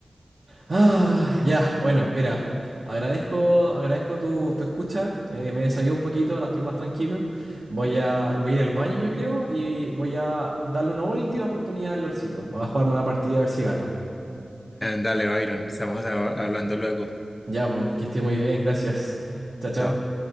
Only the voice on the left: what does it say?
Dale, Byron, estamos a- hablando luego.
Chao.